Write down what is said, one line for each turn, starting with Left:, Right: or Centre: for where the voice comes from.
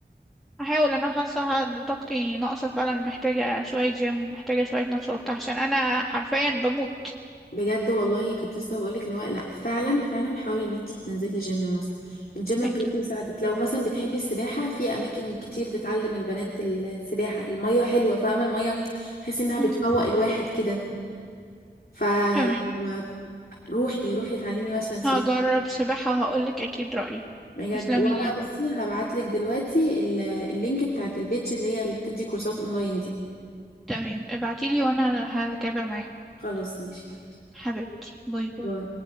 Centre: هحاول انا حاسه ان طاقتي ناقصه فعلا محتاجه شويه جيم محتاجه شويه نشاط عشان انا حرفيا بموت
Left: بجد والله كنت لسه بقولك اللي هو لا فعلا فعلا حاولي ان انتي تنزلي جيم مثلا الجيم
Centre: اكيد
Left: بجد يساعدك لو مثلا بتحبي السباحة في اماكن كتير بتعلم البنات السباحة المية حلوة فاهمة المية تحسي انها بتفوق
Centre: مم.
Left: الواحد كده فروحي
Centre: تمام
Left: روحي اتعلمي مثلا سباحة
Centre: هجرب سباحة وهقولك أكيد رأيي
Left: بجد
Centre: تسلمي
Left: وانا
Centre: لي يا نور
Left: بصي هبعتلك دلوقتي ال- اللينك بتاعت البيج اللي هي اللي بتدي كورسات اونلاين دي
Centre: تمام ابعتيلي وأنا هتابع معاهم
Left: خلاص ماشي حاضر
Centre: حبيبتي باي باي
Left: باي.